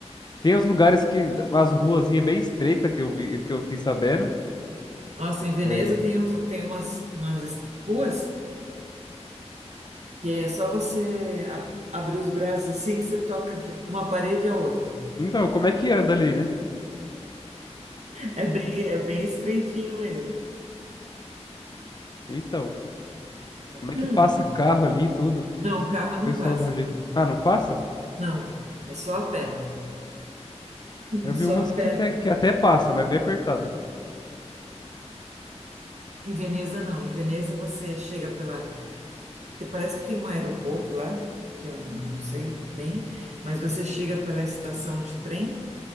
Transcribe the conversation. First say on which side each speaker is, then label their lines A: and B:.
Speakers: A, on the left; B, on the right.
A: Tem uns lugares que, umas ruazinhas bem estreitas que eu vi, que eu fiquei sabendo.
B: Nossa, em Veneza
A: É,
B: tem, uns, tem umas, umas ruas que é só você a- abrir os braços assim que você toca de uma parede à outra.
A: então, como é que anda ali, né?
B: É bem, é bem estreitinho mesmo.
A: Então, como é que
B: Hum,
A: passa carro ali e tudo? O
B: Não, carro não
A: pessoal
B: passa.
A: dá um jeito. Ah, não passa?
B: Não, é só a pé.
A: Eu
B: Só
A: vi umas
B: a pé.
A: que até, que até passa, mas bem apertada.
B: Em Veneza, não. Em Veneza, você chega pela. te- Parece que tem um aeroporto lá, que eu não sei bem, mas você chega pela estação de trem